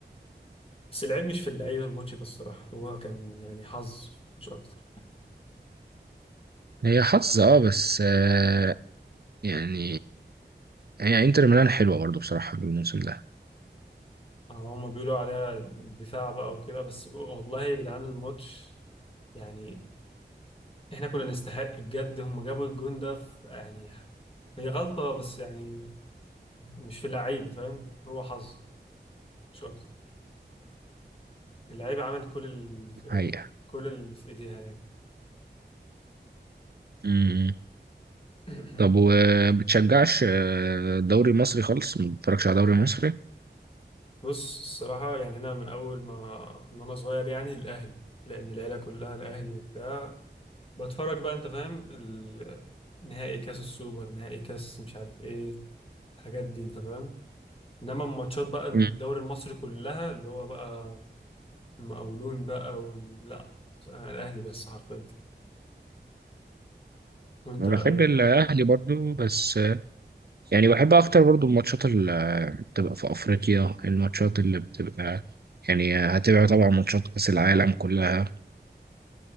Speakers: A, on the left; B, on the right.
A: بس العيب مش في اللعيبه الماتش ده الصراحه هو كان يعني حظ مش اكتر
B: هي حظ اه بس آه، يعني هي انتر ميلان حلوة برضو بصراحة الموسم ده
A: آه، هما بيقولوا عليها الدفاع بقى وكده بس والله يا جدعان الماتش يعني احنا كنا نستحق بجد هما جابوا الجون ده في يعني هي غلطه بس يعني مش في اللعيبه فاهم هو حظ مش اكتر اللعيبه عملت كل اللي في
B: حقيقة
A: كل اللي في ايديها يعني
B: امم
A: <clears throat>
B: طب وبتشجعش آه، الدوري المصري خالص ما بتتفرجش على الدوري المصري
A: بص الصراحة يعني أنا من أول ما من أنا صغير يعني الأهلي لأن العيلة كلها الأهلي وبتاع بتفرج بقى انت فاهم ال- نهائي كاس السوبر نهائي كاس مش عارف ايه الحاجات دي انت فاهم انما الماتشات بقى الدوري
B: امم
A: المصري كلها اللي هو بقى المقاولون بقى وال... لا انا الاهلي بس حرفيا وانت
B: أنا
A: ايه
B: بحب الأهلي برضو بس آه، يعني بحب أكتر برضو الماتشات اللي بتبقى في أفريقيا الماتشات اللي بتبقى يعني هتبقى طبعا ماتشات كأس العالم كلها